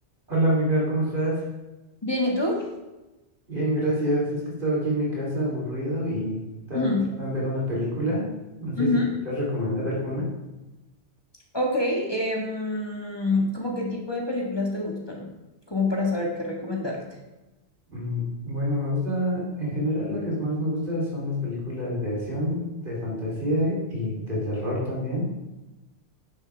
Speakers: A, on the right; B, on the left.
A: Hola amiga, ¿cómo estás?
B: Bien, ¿y tú?
A: Bien, gracias. Es que estaba aquí en mi casa aburrido y estaba
B: Ujú,
A: pensando en ver una película. No sé
B: ujú.
A: si podrías recomendar alguna.
B: Ok, em, ¿cómo qué tipo de películas te gustan? Como para saber qué recomendarte.
A: Mm, bueno, me gusta, en general, la que más me gusta son las películas de acción, de fantasía y de terror también.